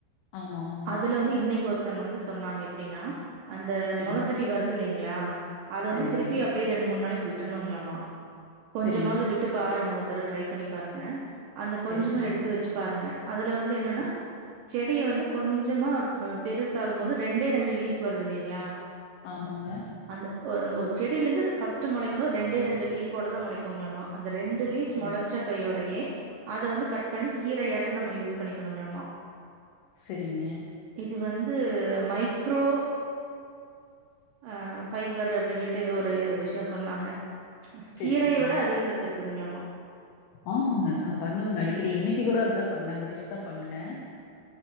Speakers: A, on the left (about 75°); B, on the right (about 80°).
A: ஆமாமாங்க.
B: அதுல வந்து இன்னைக்கு ஒரு ஒருத்தவங்க வந்து சொன்னாங்க எப்புடின்னா அந்த
A: சரிங்க,
B: மொளக்கட்டி வருது இல்லைங்க ங்களா அத
A: சரிங்க,
B: வந்து திருப் ப்டியே ரெண்டு மூண் நாளைக்கி விற்றனும்ங்கலாமா கொஞ்சமாவது
A: சரிங்க.
B: விட்டு பாருங்க ஓ தரவ ட்ரை பண்ணி பாருங்க அந்த கொஞ்சமா
A: செரி செரிங்க
B: எடுத்து வச்சு பாருங்க அதுல வந்து என்னன்னா
A: சரி
B: செடிய வந்து கொஞ்சமா மேம் பெருசாகும் போது ரெண்டே ரெண்டு லீஃப் வருது இல்லைங்களா
A: ஆமாங்க
B: அந்த ஆஹ் எந்த ஒரு செடில இருந்து ஃபஸ்ட் முளைக்கும் போது ரெண்டே ரெண்டு லீஃபோட தா முளைக்கங்களாம அ ரெண்டு லீஃப்
A: சரிங்க
B: மொளச்ச கையோடையே அத வந்து கட் பண்ணி கீரையாட்ட நம்ம யூஸ் பண்ணிக்கணும்ங்களாமா
A: செரிங்க
B: இது வந்து மைக்ரோ அஹ் பைபர்ரு அப்டின்னு சொல்ட்டு ஏதோ ஒரு விஷ்ய சொன்னாங்க <unintelligible>
A: சரி
B: கீரைய
A: சரிங்க
B: விட அதிக சத்து இருக் இருக்குதுங்களாமா
A: ஆமாங்க நா பண்ணுவேங்க அடிக்கடி இன்னைக்கு கூட அதுதா பண்ணேன் அந்த டிஸ்ட் தா பண்ணுனே